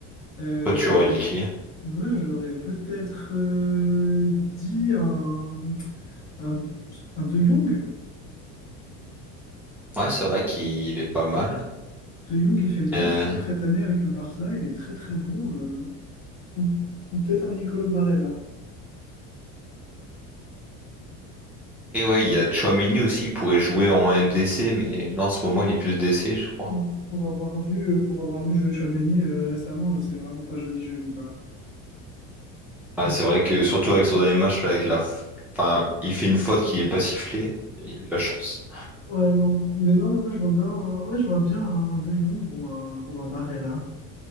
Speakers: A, on the left (about 50°); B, in the centre.
A: Euh,
B: Toi tu aurais dit qui?
A: moi, j'aurais peut-être euh, dit un, un, un De Jong.
B: Ouais c'est vrai qu'il est pas mal.
A: De Jong, il fait le taf,
B: Euh,
A: je trouve, cette année avec le Barça. Il est très, très bon. euh. ou ou peut-être un Nicolo Barella.
B: Et ouais il y a Chouameni aussi, il pourrait jouer en MDC mais là en ce moment il est plus DC je crois.
A: Ouais. Pour avoir vu, euh, pour avoir vu jouer Tchouaméni euh, récemment, euh, c'est vraiment pas joli, joli, quoi.
B: Ouais,
A: Donc,
B: c'est vrai que surtout avec son dernier match, là, avec la... f- enfin, il fait une faute qui est pas sifflée. Il a eu de la chance.
A: ouais, non. Mais non, mais moi, je vois bien, un- ouais, je vois bien un De Jong ou un, ou un Barella.